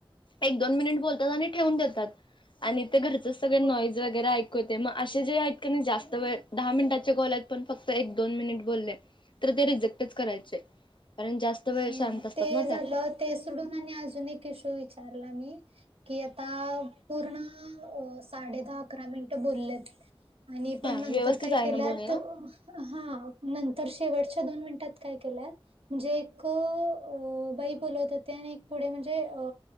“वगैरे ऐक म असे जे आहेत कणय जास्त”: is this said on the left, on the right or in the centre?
Left